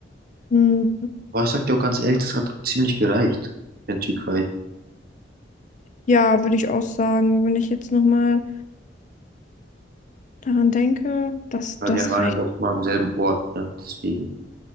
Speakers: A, on the left (about 45°); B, on the right (about 55°).
A: Hm.
B: Aber ich sag dir auch ganz ehrlich, das hat ziemlich gereicht in der Türkei.
A: Ja, würde ich auch sagen, wenn ich jetzt nochmal daran denke, das,
B: Weil
A: das
B: wir waren
A: reicht.
B: halt auch immer am selben Ort, ne? Deswegen.